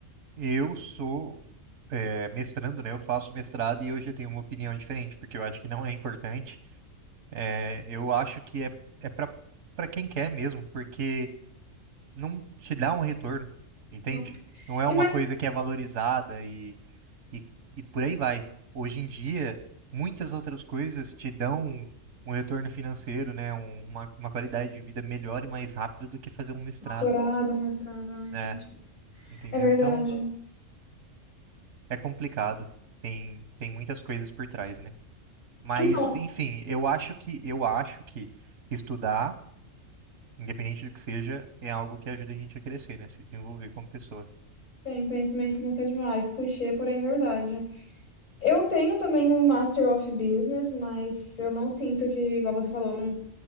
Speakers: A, on the right; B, on the left.
A: Eu sou é, mestrando, né? Eu faço mestrado e eu já tenho uma opinião diferente, porque eu acho que não é importante. É, eu acho que é, é para para quem quer mesmo, porque não te dá um retorno, entende?
B: Não.
A: Não é
B: E
A: uma
B: mais
A: coisa que é valorizada e e, e por aí vai. Hoje em dia, muitas outras coisas te dão um, um retorno financeiro, né? um- uma, uma qualidade de vida melhor e mais rápido do que fazer um mestrado,
B: doutorado, um mestrado, ah, entendi.
A: né? Entendeu?
B: É verdade.
A: Então, é complicado. Tem, tem muitas coisas por trás, né? Mas,
B: Então,
A: enfim, eu acho que eu acho que estudar, independente do que seja, é algo que ajuda a gente a crescer, né? Se desenvolver como pessoa.
B: Tem conhecimento nunca é demais, clichê, porém verdade. Eu tenho também um Master of Business, mas eu não sinto que, igual você falou, não,